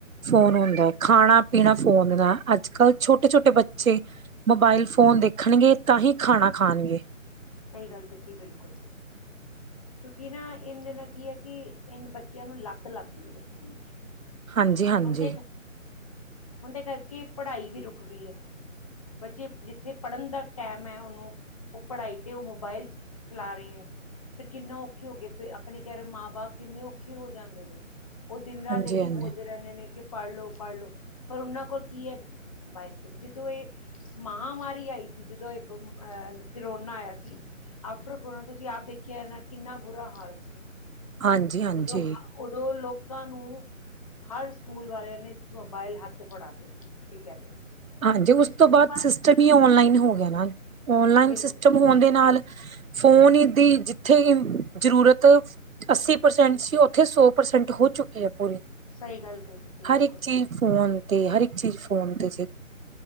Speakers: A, on the right; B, on the left.
A: ਫੋਨ ਹੁੰਦਾ, ਖਾਣਾ-ਪੀਣਾ ਫੋਨ ਨਾਲ ਅੱਜ-ਕੱਲ੍ਹ ਛੋਟੇ-ਛੋਟੇ ਬੱਚੇ ਮੋਬਾਇਲ ਫੋਨ ਦੇਖਣਗੇ ਤਾਂ ਹੀ ਖਾਣਾ ਖਾਣਗੇ।
B: ਸਹੀ ਗੱਲ ਕੀਤੀ ਬਿਲਕੁਲ, ਕਿਂ ਕਿ ਨਾ ਇਹਨਦੇ ਨਾਲ ਕੀ ਹੈ ਕਿ ਇਹਨ ਬੱਚਿਆਂ ਨੂੰ ਲੱਤ ਲੱਗ ਗਈਏ ਇੱਸ ਚੀਜ ਦੀ।
A: ਹਾਂਜੀ ਹਾਂਜੀ
B: ਹੁਨ ਦੇ, ਹੁਨ ਦੇ ਕਰਕੇ ਪੜ੍ਹਾਈ ਵੀ ਰੁਕ ਗੀ ਏ। ਬੱਚੇ ਜਿੱਥੇ ਪੜ੍ਹਨ ਦਾ ਟੈਮ ਐ ਉਨੂੰ, ਓ ਪੜ੍ਹਾਈ ਤੇ ਓਹ ਮੋਬਾਇਲ ਚਲਾ ਰੇ ਐ। ਫਿਰ ਕਿੰਨਾ ਔਖੇ ਹੋਗੇ ਪੇ ਅਪਣੇ ਕੈ ਰੇ ਮਾਂ-ਬਾਪ ਕਿੰਨੇ ਔਖੇ ਹੋ ਜਾਂਦੇ ਨੇ। ਓਹ ਦਿਨ-ਰਾਤ
A: ਹਾਂਜੀ
B: ਏਹੀ
A: ਹਾਂਜੀ
B: ਬੋਲਦੇ ਰੈੰਦੇ ਨੇ ਕਿ ਪੜ੍ਹ ਲੋ-ਪੜ੍ਹ ਲੋ, ਪਰ ਉਨਾਂ ਕੋਲ ਕੀ ਐ? ਬਾਈ ਸੋ, ਜਿਦੋਂ ਏ ਮਹਾਂਮਾਰੀ ਆਈ ਸੀ, ਜਿਦੋਂ ਏਹ ਬ ਅਹ ਕਰੋਨਾ ਆਯਾ ਕੀ ਆਫਟਰ ਕਰੋਨਾ ਤੁਸੀਂ ਆਪ ਦੇਖਿਆ ਐਨਾ ਕਿੰਨਾ ਬੁਰਾ ਹਾਲ ਸੀ।
A: ਹਾਂਜੀ ਹਾਂਜੀ
B: ਜਿਦੋਂ ਹਾ ਉਦੋਂ ਲੋਕਾਂ ਨੂੰ ਹਰ ਸਕੂਲ ਵਾਲਿਆਂ ਨੇ ਇਸ ਮੋਬਾਇਲ ਹੱਥ ਚ ਫੜਾਤੇ ਸੀ, ਏਹ ਕੈ ਦੋ।
A: ਹਾਂਜੀ,
B: ਕਿਉਂਕਿ
A: ਉਸ
B: ਸਕੂਲ
A: ਤੋਂ ਬਾਦ
B: ਬੰਦ
A: ਸਿਸਟਮ
B: ਸੀ
A: ਈ ਔਨਲਾਈਨ ਹੋ ਗਿਆ ਨਾ। ਔਨਲਾਈਨ
B: ਬਿਲਕੁਲ
A: ਸਿਸਟਮ ਹੋਣ ਦੇ ਨਾਲ ਫੋਨ ਈ ਦੀ ਜਿੱਥੇ ਈ ਜ਼ਰੂਰਤ ਅੱਸੀ ਪ੍ਰਸੈਂਟ ਸੀ ਓਥੇ ਸੌ ਪ੍ਰਸੈਂਟ ਹੋ ਚੁੱਕੀ ਐ ਪੂਰੀ।
B: ਸਹੀ ਗੱਲ ਕਹੀ ਤੁਸੀਂ ਬਿਲਕੁਲ।
A: ਹਰ ਇੱਕ ਚੀਜ਼ ਫੋਨ ਤੇ ਹਰ ਇੱਕ ਚੀਜ਼ ਫੋਨ ਤੇ ਸੀ।